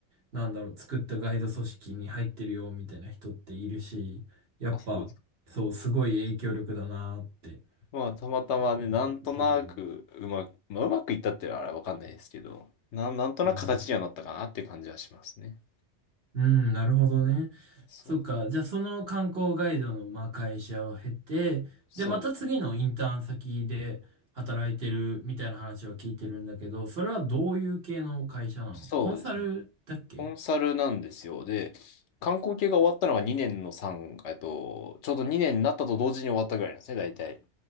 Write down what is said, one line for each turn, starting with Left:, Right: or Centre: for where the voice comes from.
Right: なんだろう、作ったガイド組織に入ってるよ、みたいな人っているし、やっぱ、
Left: あ、そうです。
Right: そう、すごい影響力だなーって。
Left: まあ、たまたまね、
Right: うん。
Left: なんとなくうまく、
Right: できるね
Left: まあ、うまくいったってのはあれわかんないですけど、なん、なんとなく形にはなったかなっていう感じはしますね。
Right: うんうん、なるほどね。
Left: そう、
Right: そっか。じゃあ、その観光ガイドの、まあ、会社を経て、
Left: そう、
Right: で、また次のインターン先で働いてるみたいな話を聞いてるんだけど、それはどういう系の会社なのコンサルだっけ
Left: そうですね。コンサルなんですよ。で、観光系が終わったのが2年の3、えっと、ちょうど2年になったと同時に終わったぐらいなんですね、大体。